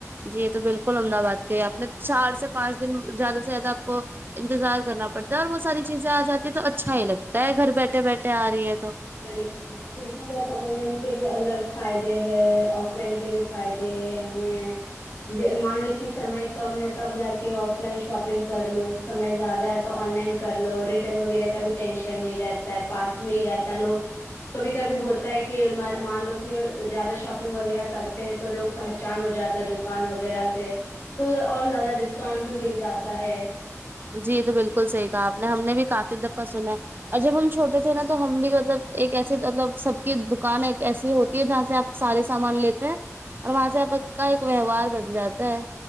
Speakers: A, on the right (about 40°); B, on the left (about 55°).
A: جی یہ تو بالکل عمدہ بات کی آپ نے چار سے پانچ دن زیادہ سے زیادہ آپ کو انتظار کرنا پڑتا ہے اور وہ ساری چیزیں آ جاتی ہے تو اچھا ہی لگتا ہے گھر بیٹھے بیٹھے آ رہی ہے تو
B: بالکل دیکھا جائے تو آن لائن کے بھی الگ فائدے ہیں آف لائن کے بھی فائدے ہیں مان لو کہ سمے کم ہے تب جا کے آف لائن شاپنگ کر لو سمے زیادہ ہے تو آن لائن کر لو ریٹرن وغیرہ کا بھی ٹینشن نہیں رہتا ہے پاس میں ہی رہتا تا لوگ کبھی کبھی ہوتا ہے کہ مان لو کہ زیادہ شاپنگ وغیرہ کرتے ہیں تو لوگ پہچان ہو جاتا ہے دکان وغیرہ سے تو ادھر اور زیادہ ڈسکاؤنٹ بھی مل جاتا ہے
A: جی یہ تو بالکل صحیح کہا آپ نے ہم نے بھی کافی دفعہ سنا ہے اور جب ہم چھوٹے تھے نا تو ہم بھی مطلب ایک ایسی مطلب سب کی دکانیں ایک ایسی ہوتی ہے جہاں سے آپ سارے سامان لیتے ہیں اور وہاں سے ابک کا ایک وھوار بن جاتا ہے